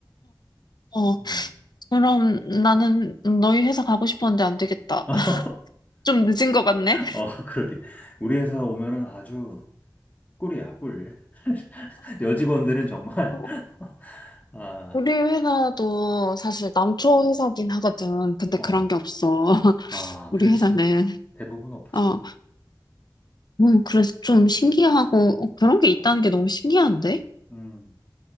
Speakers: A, on the left; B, on the left.
A: 어, 어,
B: 음.
A: 그럼 나는 너희 회사 가고 싶었는데 안 되겠다.
B: <laughs>
A: <laughs> 좀 늦은 것 같네?
B: 어, 그러게. 우리 회사 오면은 아주 꿀이야, 꿀. <laughs> 여직원들은 정말,
A: 어,
B: <laughs> 아,
A: 우리 회사도 사실 남초 회사긴 하거든. 근데
B: 어,
A: 그런 게 없어. <laughs>
B: 아,
A: 우리
B: 그렇지.
A: 회사는.
B: 대부분 없지.
A: 어 음, 그래서 좀 신기하고, 어, 그런 게 있다는 게 너무 신기한데?
B: 음,